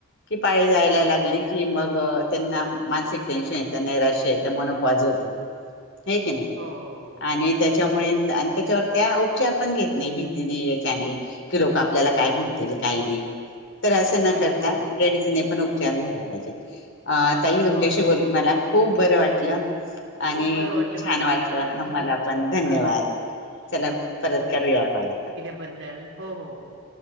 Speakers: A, on the left; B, on the right.
A: कि पाय जायला
B: हा
A: लागली की मग त्यांना मानसिक टेन्शन येत त्यांना मानसिक टेन्शन येतं नैराश्य येत. हे की नाही
B: हो हो हो
A: आणि
B: हो
A: त्याच्यामुळे आणि त्याच्यावर त्या उपचार पण घेत नाही भीतीने लोक आपल्या काय म्हण का नाही अस न
B: हम्म
A: करता
B: हम्म हम्म
A: लेडीज ने पण ऊप चार घ्यायला पाहिजे, अ ताई तुमच्याशी
B: हो
A: बोल
B: हो
A: मला खूप बरं वाटलं. आणि
B: बरं वाटलं
A: खूप छान
B: मला
A: वाटलं
B: पण
A: आम्हाला पण धन्यवाद!
B: हा
A: चला परत करूया कॉल.
B: बद्दल हो हो हो.